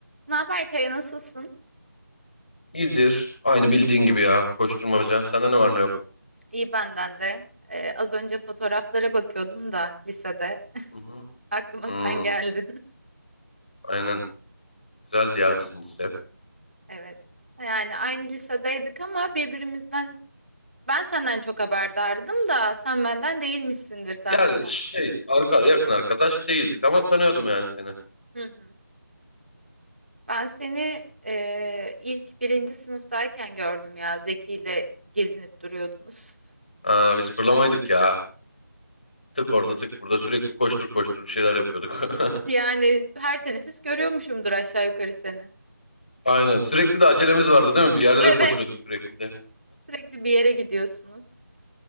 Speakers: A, on the right; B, on the left.
A: Ne haber Kaya nasılsın?
B: İyidir. Aynı bildiğin gibi ya. Koşturmaca. Sende ne var ne yok?
A: İyi benden de. Ee, az önce fotoğraflara bakıyordum da lisede.
B: Hı hı.
A: Aklıma
B: Hmm,
A: sen geldin.
B: aynen. Güzeldi ya bizim lise.
A: <laughs> Evet. Yani aynı lisedeydik ama birbirimizden ben senden çok haberdardım da sen benden değilmişsindir tahminen.
B: Yani şey arka, yakın arkadaş değildik ama tanıyordum yani seni.
A: Hı hı. Ben seni e, ilk birinci sınıftayken gördüm ya Zeki ile gezinip duruyordunuz.
B: Aa, biz fırlamaydık ya. Tık orada tık burada sürekli koştur koştur bir şeyler yapıyorduk. <laughs>
A: Yani her teneffüs görüyormuşumdur aşağı yukarı seni.
B: Aynen. Sürekli de acelemiz vardı değil mi? Bir yerlere
A: Evet.
B: koşuyorduk sürekli de.
A: Sürekli bir yere gidiyorsunuz.